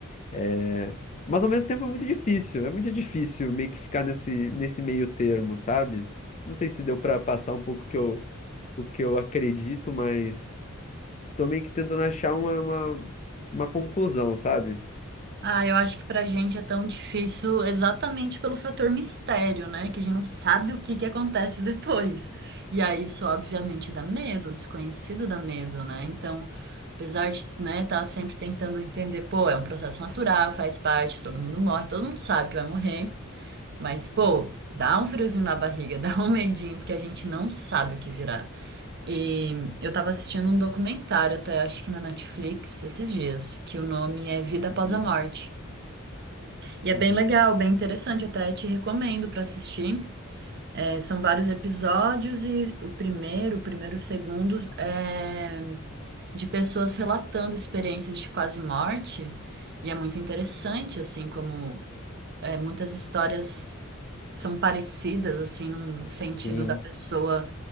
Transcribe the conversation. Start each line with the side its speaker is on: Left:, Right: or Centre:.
Left: É, Mas ao mesmo tempo é muito difícil, é muito difícil meio que ficar nesse, nesse meio termo, sabe? Não sei se deu pra passar um pouco o que eu, o que eu acredito, mas tô meio que tentando achar uma, uma, uma conclusão, sabe?
Right: Ah, eu acho que pra gente é tão difícil exatamente pelo fator mistério, né? Que a gente não sabe o que que acontece <laughs> depois. E aí isso obviamente dá medo, o desconhecido dá medo, né? Então, apesar de, né, tá sempre tentando entender, pô, é um processo natural, faz parte, todo mundo morre, todo mundo sabe que vai morrer, mas pô, dá um friozinho na barriga, <laughs> dá um medinho, porque a gente não sabe o que virá. E eu tava assistindo um documentário até, acho que na Netflix, esses dias, que o nome é Vida Após
Left: Uhum,
Right: a Morte. E é bem
Left: uhum,
Right: legal, bem interessante, até te recomendo para assistir. É, são vários episódios e o primeiro, o primeiro e o segundo é de pessoas relatando experiências de quase morte. E é muito interessante, assim, como é, muitas histórias são parecidas, assim, num sentido
Left: Sim.
Right: da pessoa